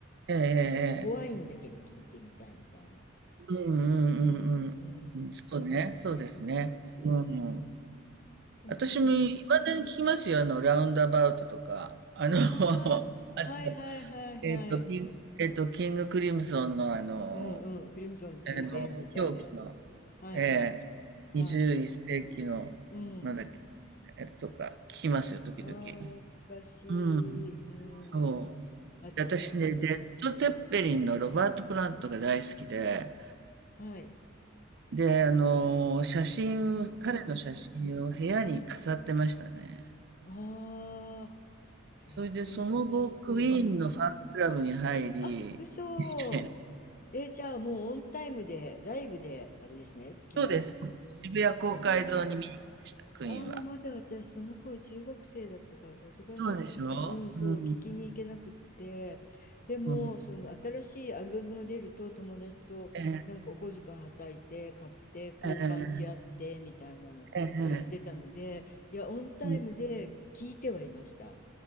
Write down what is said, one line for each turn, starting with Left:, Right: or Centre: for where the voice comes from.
Right: ええ、ええ、
Left: うん怖いんだけど聞いてみたいみたいな。
Right: うんうんうんうん、
Left: ね、うん
Right: うん、そうね、そうですね。
Left: そうそうそう。
Right: うん。
Left: うん。でもね、
Right: 私も、いまだに聞きますよ、あの、ラウンドアバウトとか、あの、
Left: あ
Right: <laughs> あの
Left: あ、はいはいはいはい。
Right: えっと、キンえっと、キングクリムゾンのあの、
Left: うんうん。クリムゾンの宮殿みたいな。
Right: あの、狂気の、
Left: はいはい。
Right: ええ、
Left: はい。
Right: 21世紀の、
Left: うん。
Right: なんだっけえとか聞きますよ、時々。
Left: ああ、懐かしい。
Right: うん。
Left: うん、
Right: そう。
Left: なんか、あとなんか、
Right: で私ね、レッド・
Left: うん。
Right: テッペリンのロバート・プラントが大好きで、
Left: はい。
Right: で、あのー写真を、
Left: ゼッペリンか。
Right: 彼の写真を部屋に飾ってましたね。
Left: ああ、ゼッペリンかっこいい。
Right: それで、その後、クイーンのファンクラブに入り、
Left: うん。あ、嘘。
Right: <laughs> みたいな
Left: えーじゃあもうオンタイムで、ライブで、あれですね、好きな。
Right: そうです。渋谷公会堂に見に行きました、
Left: うわ
Right: クイーンは。
Left: ああ、まだ私、その頃中学生だったから、さすがになんか、
Right: そうでしょうん。
Left: うん、そう、聞きに行けなくって、でも、
Right: うん。
Left: その新しいアルバムが出ると、友達となんかお小遣いはたいて、
Right: ええ、
Left: 買って、交換し合って、
Right: ええ、
Left: みたいなのやってたので、
Right: ええ、ええ
Left: いや、オンタイムで聞いてはいました。
Right: うん